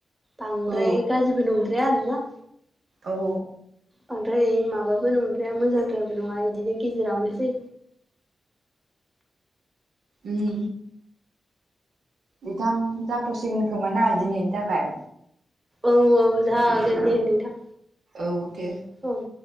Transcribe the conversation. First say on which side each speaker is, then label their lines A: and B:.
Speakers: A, on the right; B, on the right.
A: बांद्राय
B: औ
A: गाज्रिबो नंद्राया आरोना
B: औ
A: बांद्राय माबाबो नंद्राया मोजांद्रायाबो नङा बिदिनो गेजेरावनोसै
B: उम बिथां जाथ'सिगोन खोमा ना दिनैनि थाखाय
A: औ औ जागोन दे नोंथां
B: औ दे
A: औ